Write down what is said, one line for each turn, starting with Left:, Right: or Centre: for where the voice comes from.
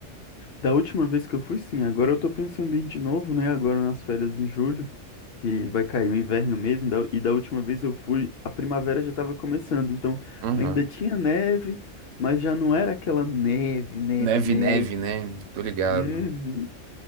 Left: Da última vez que eu fui, sim. Agora eu tô pensando em ir de novo, né? Agora nas férias em julho, que vai cair o inverno mesmo. da- E da última vez eu fui, a primavera já tava começando. Então
Right: Aham.
Left: ainda tinha neve, mas já não era aquela neve, neve,
Right: Neve,
Left: neve.
Right: neve, né? Tô ligado.
Left: Uhum.